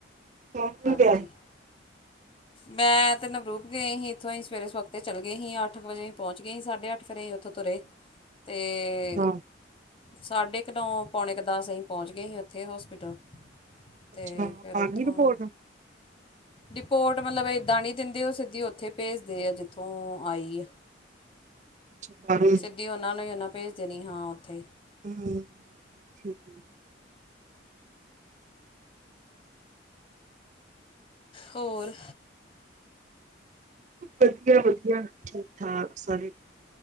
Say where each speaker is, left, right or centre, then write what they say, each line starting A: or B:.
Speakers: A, on the right; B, on the left.
A: ਕੌਣ ਕੌਣ
B: ਹਾਂਜੀ।
A: ਗਿਆ ਸੀ
B: ਮੈਂ ਤਾਂ ਨਵਰੂਪ ਗਯੇ ਹੀ। ਇੱਥੋਂ ਅਹੀ ਸਵੇਰੇ ਸ਼ੋਪ ਤੇ ਚੱਲ ਗਏ ਹੀ, ਅੱਠ ਵਜੇ ਪੋਚ ਗਏ ਸੀ ਸਾਢੇ ਅੱਠ ਫੇਰ ਏ ਉੱਥੋਂ ਤੁਰੇ ਤੇ
A: ਹਾਂ
B: ਸਾਢੇ ਕੁ ਨੌਂ, ਪੌਣੇ ਕੁ ਦਸ ਅਸੀਂ ਪਹੁੰਚ ਗਏ ਸੀ ਉੱਥੇ ਹੋਸਪਿਟਲ। ਅਤੇ
A: ਅੱਛਾ,
B: ਫਿਰ ਉੱਥੋਂ
A: ਆਗੀ ਰਿਪੋਰਟ?
B: ਰਿਪੋਰਟ ਮਤਲਬ ਏਦਾਂ ਨਹੀਂ ਦਿੰਦੇ ਉਹ ਸਿੱਧੀ ਉੱਥੇ ਭੇਜਦੇ ਆ ਜਿੱਥੋਂ ਆਈ ਆ।
A: ਅੱਛ ਬ
B: ਬੀ ਉਨਾਂ ਨੇ ਉਨਾਂ ਭੇਜ ਦੇਣੀ ਹਾਂ ਉੱਥੇ
A: ਹਮ ਠੀਕ ਏ।
B: ਹੋਰ
A: ਵਧੀਆ- ਵਧੀਆ ਠੀਕ-ਠਾਕ। ਸਾਰੇ